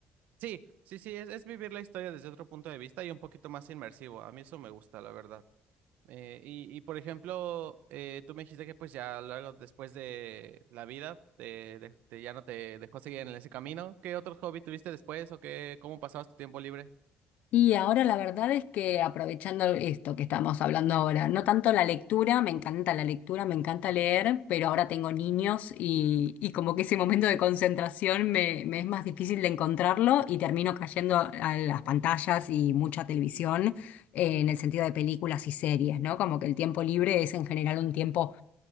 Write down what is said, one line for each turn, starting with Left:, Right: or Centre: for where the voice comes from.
Right: Sí, sí, sí, es, es vivir la historia desde otro punto de vista y un poquito más inmersivo. A mí eso me gusta, la verdad. Eh, y, y por ejemplo, eh, tú me dijiste que pues ya luego después de la vida te, de- te- ya no te dejó seguir en ese camino. ¿Qué otro hobby tuviste después o qué, cómo pasabas tu tiempo libre?
Left: Y ahora la verdad es que aprovechando esto que estamos hablando ahora, no tanto la lectura, me encanta la lectura, me encanta
Right: Ujú,
Left: leer, pero ahora tengo niños y, y como que ese momento de concentración me, me es más difícil de encontrarlo y termino cayendo a las pantallas y mucha televisión eh, en el sentido de películas y series, ¿no? Como que el tiempo libre es en general un tiempo